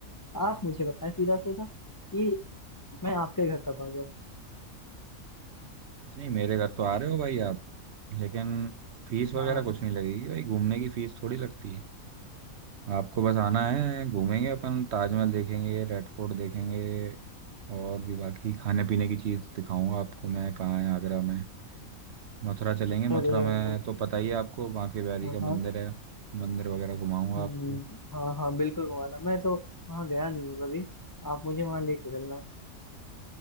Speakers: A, on the left; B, on the right.
A: आप मुझे बताएं सीधा सीधा कि मैं आपके घर कब आ जाऊँ
B: नहीं मेरे घर तो आ रहे हो भाई आप लेकिन फीस वगैरह
A: हाँ
B: कुछ नहीं लगेगी भाई घूमने की फीस थोड़ी लगती है आपको बस आना है घूमेंगे अपन ताजमहल देखेंगे रेड फोर्ट देखेंगे और भी बाकी खाने पीने की चीज़ दिखाऊंगा आपको मैं कहाँ है आगरा में मथुरा चलेंगे मथुरा
A: अरे
B: में
A: मतलब
B: तो पता ही है आपको बांके बिहारी
A: हाँ
B: का
A: हाँ
B: मंदिर है मंदिर वगैरह घुमाऊंगा
A: हम्म,
B: आपको
A: हाँ हाँ बिल्कुल घुमाना मैं तो वहाँ गया नहीं हूँ कभी आप मुझे वहाँ लेके चलना